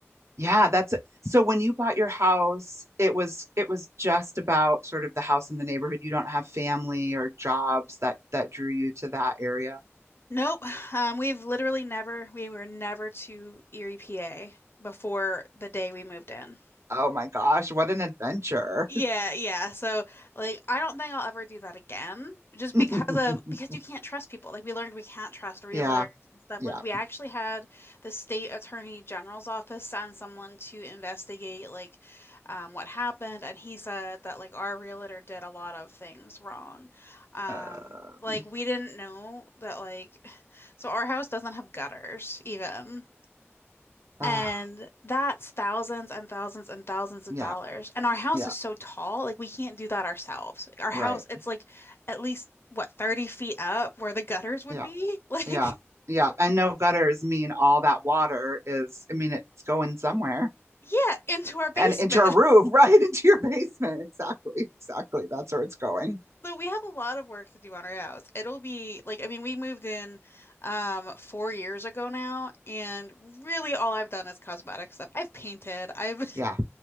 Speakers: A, on the right; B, on the left.
A: Yeah, that's so when you bought your house, it was it was just about sort of the house in the neighborhood. You don't have family or jobs that that drew you to that area.
B: Nope. Um, we've literally never, we were never to Erie, PA before the day we moved in.
A: Oh my gosh, what an adventure.
B: Yeah, yeah. So like I don't think I'll ever do that again just
A: <laughs>
B: because of because you can't trust people. Like we learned we can't trust realtors
A: Yeah.
B: and stuff.
A: Yeah.
B: Like we actually had the state attorney general's office send someone to investigate like um, what happened and he said that like our realtor did a lot of things wrong. Um
A: Um,
B: like we didn't know that like <sighs> so our house doesn't have gutters even.
A: ah.
B: And that's thousands and thousands and thousands of
A: Yeah,
B: dollars. And our house
A: yeah,
B: is so tall, like we can't do that ourselves. Our house,
A: right.
B: it's like at least what, 30 feet up where the gutters would
A: Yeah,
B: be? <laughs> Like,
A: yeah, yeah. And no gutters mean all that water is, I mean, it's going somewhere
B: yeah, into our basement.
A: and into your roof,
B: <laughs>
A: <laughs> right? Into your basement. Exactly, exactly. That's where it's going.
B: So we have a lot of work to do on our house. It'll be like, I mean, we moved in um four years ago now, and really all I've done is cosmetic stuff. I've painted, I've
A: Yeah,